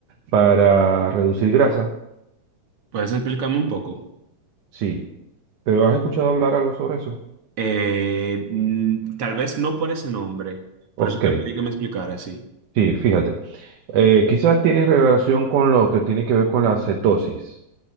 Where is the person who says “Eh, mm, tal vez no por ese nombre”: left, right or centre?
Right